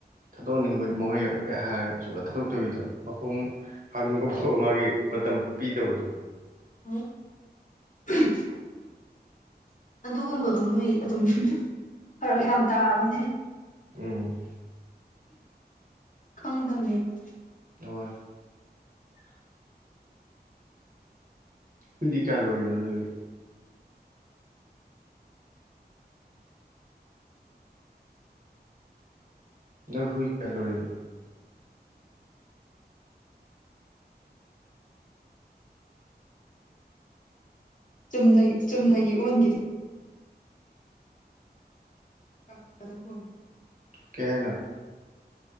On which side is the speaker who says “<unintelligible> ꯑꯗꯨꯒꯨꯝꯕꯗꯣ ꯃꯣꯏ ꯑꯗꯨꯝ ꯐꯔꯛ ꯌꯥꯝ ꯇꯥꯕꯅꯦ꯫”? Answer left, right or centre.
Left